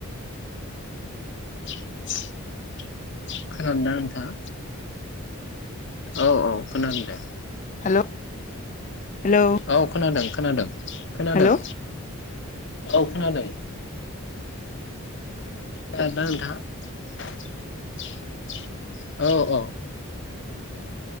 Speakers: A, on the left; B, on the left.
A: <unintelligible> खोनादोंना नोंथाङा औ औ खोनादों दे
B: हेलौ हेलौ
A: औ खोनादों खोनादों खोनादों
B: हेलौ
A: औ खोनादों खोनादोंना नोंथांङा? औ अ